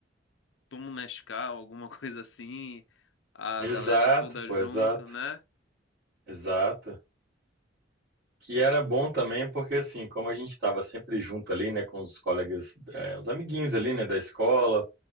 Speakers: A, on the left; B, on the right.
A: toma um Nescau, alguma <laughs> coisa assim, a
B: Exato,
A: galera toda
B: pô,
A: junto,
B: exato,
A: né?
B: exato. Que era bom também, porque assim, como a gente estava sempre junto ali, né, com os colegas, eh, os amiguinhos ali, né, da escola